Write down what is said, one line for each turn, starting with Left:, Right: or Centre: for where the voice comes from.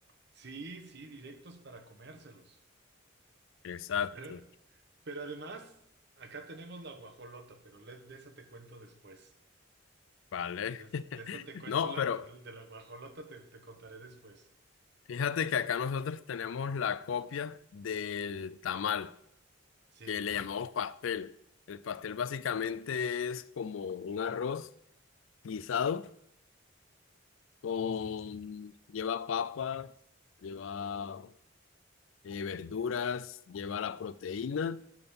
Right: sí, sí, directos para comérselos.
Left: Exacto.
Right: Pero, pero además, acá tenemos la guajolota, pero le- de esa te cuento después.
Left: Vale.
Right: De, es-
Left: <laughs>
Right: de esa te cuento
Left: No,
Right: la,
Left: pero
Right: gu- de la guajolota te, te contaré después.
Left: fíjate que acá nosotros tenemos la copia del tamal.
Right: Sí,
Left: que le llamamos pastel. El pastel básicamente es como un arroz guisado con, lleva papas, lleva eh, verduras, lleva la proteína.